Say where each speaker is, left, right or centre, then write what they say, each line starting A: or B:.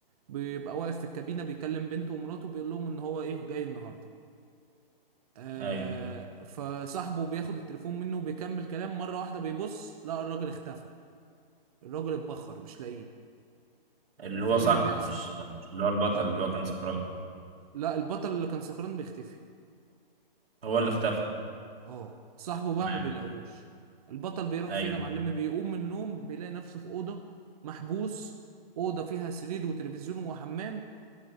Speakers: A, on the right; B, on the right.
A: بيبقى واقف في الكابينة بيكلم بنته ومراته بيقول لهم ان هو ايه جاي النهاردة آه
B: ايوه
A: فصاحبه بياخد التليفون منه وبيكمل كلام مرة واحدة بيبص لا الراجل اختفى الراجل اتبخر مش لاقيه
B: اللي
A: فايه
B: هو صاحبه
A: اللي بيحصل
B: مش مش اللي هو البطل
A: اه
B: اللي هو كان سكران
A: لا البطل اللي كان سكران بيختفي
B: هو اللي اختفى
A: اه صاحبه بقى
B: تمام
A: ما بيلاقوهوش البطل بيروح
B: ايوه
A: فين يا معلم بيقوم من النوم بيلاقي نفسه في أوضة محبوس أوضة فيها سرير وتلفزيون وحمام